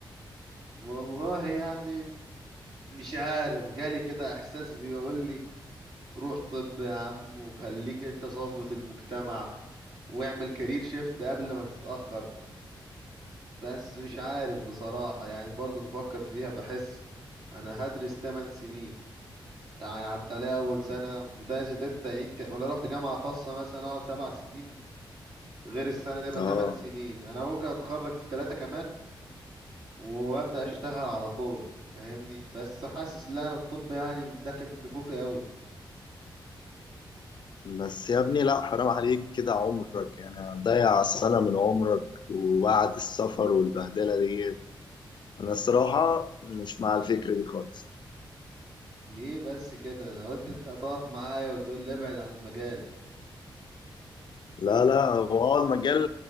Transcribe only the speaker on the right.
والله يعني مش عارف جالي كده احساس بيقول لي روح طب يا عم وخليك انت صفوة المجتمع واعمل كارير شيفت قبل ما تتأخر بس مش عارف بصراحة يعني برضو بفكر فيها بحس انا هدرس 8 سنين يعني عدى عليا اول سنة وده اذا قدرت اعيد تا- ولا رحت جامعة خاصة مثلا اقعد سبع سنين غير السنة دي يبقى
8 سنين انا ممكن اتخرج في ثلاثة كمان وابدأ اشتغل على طول فاهمني بس حاسس لا انا الطب يعني داخل نفوخي قوي
ليه بس كده انا قلت انت هتقف معايا وتقول لي ابعد عن المجال